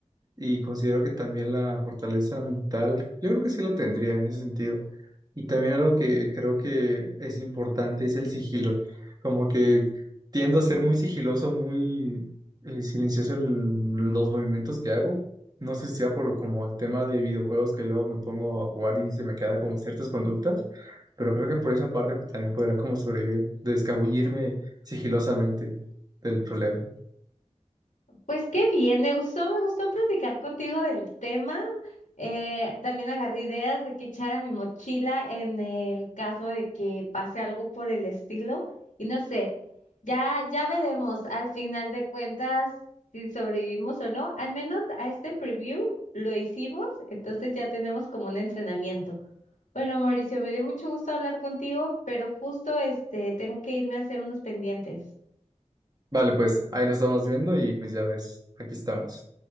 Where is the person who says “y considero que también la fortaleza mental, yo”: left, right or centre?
Right